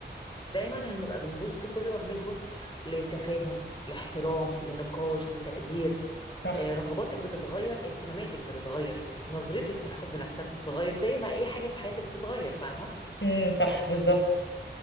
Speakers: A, on the left; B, on the left.
A: دايما هنبقى بنبص كل ما بنكبر لتفاهم لاحترام لنقاش لتقدير
B: صح
A: آه، رغباتك بتتغير اهتماماتك بتتغير نظرتك في الحب نفسها بتتغير زي ما اي حاجه في حياتك بتتغير فاهمه
B: امم صح بالظبط